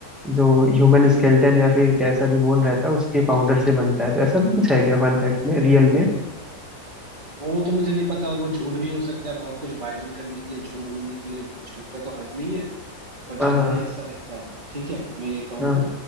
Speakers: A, in the centre; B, on the right (about 35°).
A: जो ह्यूमन स्केलेटन या फिर कैसा भी बोन रहता है उसके पाउडर से बनता है तो ऐसा भी कुछ है क्या फन फैक्ट में रियल में
B: वो तो मुझे नहीं पता और वो झूठ भी हो सकता है बहुत कुछ वायरल करने के लिए झूठ बोलने के लिए झूठ का तो हद नहीं है पर
A: हाँ
B: जनरली
A: हाँ
B: ऐसा रहता है ठीक है मैं ये कहूंगा
A: हाँ